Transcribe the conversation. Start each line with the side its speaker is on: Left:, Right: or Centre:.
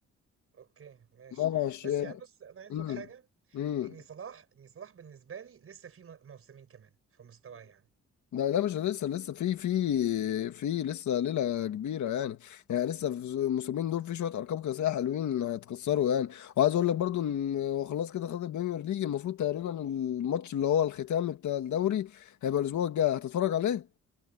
Right: اوكي ماشي
Left: ماشي
Right: بس يعني بص انا عايز
Left: امم
Right: اقول حاجه
Left: امم
Right: ان صلاح ان صلاح بالنسبه لي لسه في م- موسمين كمان في مستواه يعني
Left: لا لا مش لسه لسه في في في لسه ليلة كبيرة يعني يعني لسه في الموسمين دول في شوية أرقام قياسية حلوين هيتكسروا يعني وعايز أقول لك برضو إن هو خلاص كده خد البريمير ليج المفروض تقريبا الماتش اللي هو الختامي بتاع الدوري هيبقى الأسبوع الجاي هتتفرج عليه؟